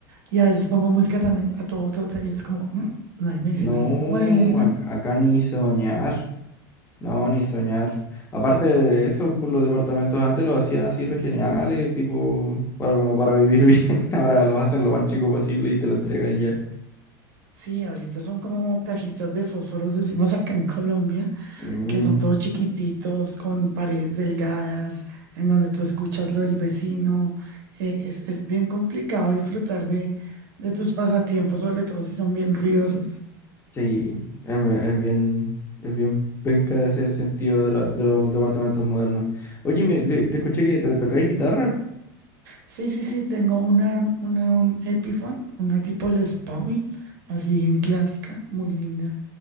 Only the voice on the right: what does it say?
Y a veces pongo música también a todo tote y es como, "Mm", nadie me dice
nada, y yo, bueno.
Sí, ahorita son como cajitas de fósforos, decimos acá en Colombia
que son todos chiquititos, con paredes delgadas, en donde tú escuchas lo del vecino. eh, es, es bien complicado disfrutar de, de tus pasatiempos, sobre todo si son bien ruidosos.
Sí, sí, sí, tengo una, una un Epiphone, una tipo Les Paul, así bien clásica, muy linda,